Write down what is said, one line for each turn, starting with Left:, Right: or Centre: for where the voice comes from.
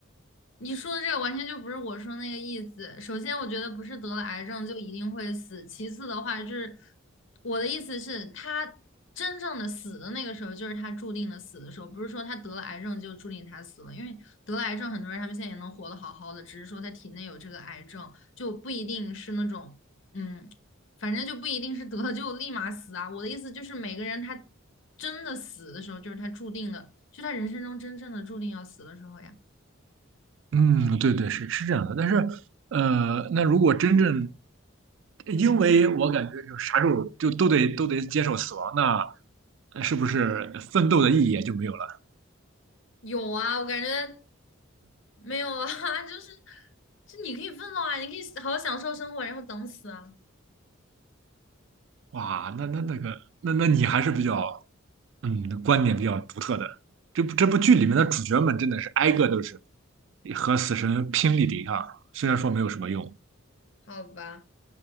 Left: 你说的这个完全就不是我说那个意思。首先，我觉得不是得了癌症就一定会死。其次的话，就是我的意思是，他真正的死的那个时候，就是他注定的死的时候，不是说他得了癌症就注定他死了。因为得了癌症，很多人他们现在也能活得好好的，只是说他体内有这个癌症，就不一定是那种，嗯，反正就不一定是得了就立马死啊。我的意思就是，每个人他真的死的时候，就是他注定的，就他人生中真正的注定要死的时候呀。
Right: 嗯，对对，是是这样的，但是，呃，那如果真正，因为我感觉就啥时候就都得都得接受死亡，那是不是奋斗的意义也就没有了？
Left: 有啊，我感觉没有啊，<laughs> 就是就你可以奋斗啊，你可以好好享受生活，然后等死啊。
Right: 哇，那那那个，那那你还是比较，嗯，观点比较独特的。这部这部剧里面的主角们真的是挨个都是和死神拼力抵抗，虽然说没有什么用，
Left: 好吧，